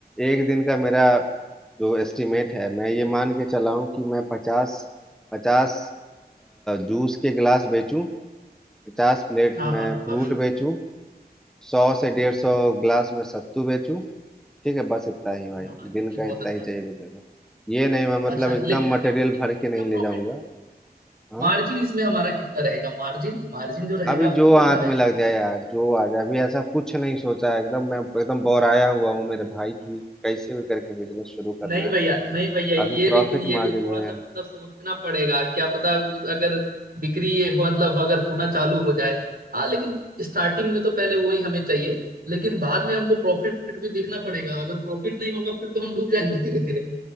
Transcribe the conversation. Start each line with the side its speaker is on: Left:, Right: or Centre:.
Centre: एक दिन का मेरा जो एस्टिमेट है मैं ये मान के चला हूँ कि मैं पचास पचास जूस के गिलास बेचूं पचास प्लेट
Right: हाँ
Centre: मैं
Right: हाँ
Centre: फ्रूट
Right: आप
Centre: बेचूं सौ से डेढ़ सौ गिलास में सत्तू बेचूं ठीक है बस इतना ही भाई
Right: हाँ
Centre: दिन
Right: ये बहुत
Centre: का इतना
Right: अच्छा
Centre: ही
Right: है
Centre: चाहिए मेरे को ये नहीं मैं मतलब
Right: अच्छा
Centre: एकदम
Right: लेकिन मैं
Centre: मटेरियल
Right: कह रहा हूँ कितना
Centre: भर के
Right: कितना
Centre: नहीं
Right: प्रॉफिट
Centre: ले जाऊंगा हाँ
Right: मार्जिन इसमें हमारा कितना रहेगा मार्जिन मार्जिन जो रहेगा
Centre: अभी
Right: आपका
Centre: जो
Right: कितना
Centre: हाथ
Right: रहेगा
Centre: में लग जाए यार जो आ जाए अभी ऐसा कुछ नहीं सोचा है एकदम मैं एकदम बोराया हुआ हूँ मेरे भाई की कैसे भी करके बिजनेस शुरू करना
Right: नहीं भैया
Centre: है
Right: नहीं भैया ये
Centre: अभी प्रॉफिट
Right: लेकिन ये
Centre: मार्जिन
Right: भी थोड़ा
Centre: में
Right: सा
Centre: है
Right: मतलब सोचना पड़ेगा क्या पता उस- अगर बिक्री ये हो मतलब अगर होना चालू हो जाए हाँ लेकिन स्टार्टिंग में तो पहले वही हमें चाहिए लेकिन बाद में हमको प्रॉफिट भी देखना पड़ेगा अगर प्रॉफिट नहीं होगा फिर तो हम डूब जाएंगे धीरे धीरे